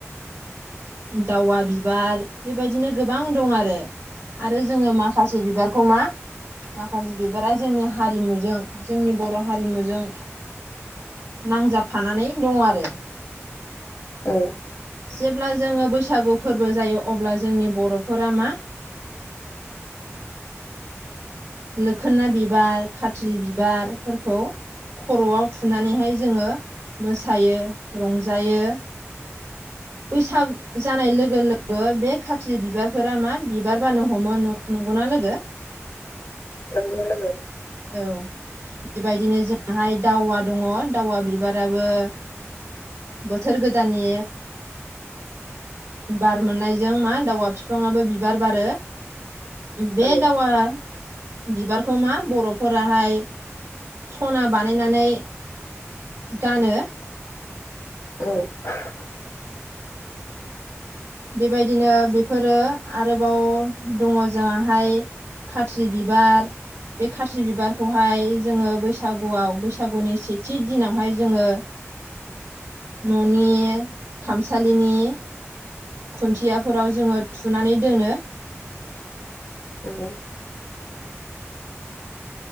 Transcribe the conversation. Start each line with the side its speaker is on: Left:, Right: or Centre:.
Right: दावा बिबार, बे बायदिनो गोबां दं आरो। आरो जोङो माखासे बिबारखौ मा माखासे बिबारा जोंनि हारिमुजों जोंनि बर' हारिमुजों नांजाबफानानै दं आरो।
Left: औ।
Right: जेब्ला जोङो बैसागु फोरबो जायो अब्ला जोंनि बर'फोरा मा मोखोना बिबार, खात्रि बिबारफोरखौ खर'आव थुनानैहाय जोङो मोसायो रंजायो। <inaudible> बैसागो जानाय लोगो लोगो बे खात्रि बिबारफोरा मा बिबार बानो हमो नंगौना लोगो?
Left: औ लोगो।
Right: औ। बे बायदिनो जोंहाय दावा दङ। दावा बिबाराबो बोथोर गोदाननि बार मोननायजों मा दावा बिफाङाबो बिबार बारो। बे
Left: औ
Right: दावा बिबारखौ मा बर'फोरा फोराहाय सना बानायनानै गानो।
Left: <inaudible>
Right: बे बायदिनो बेफोरो आरोबाव दङ जोंहाहाय खाथ्रि बिबार। बे खारजि बिबारखौहाय जोङो बैसागुआव बैसागुनि सेथि दिनावहाय जोङो न'नि खामसालिनि खुन्थियाफोराव जोङो थुनानै दोनो।
Left: <unintelligible>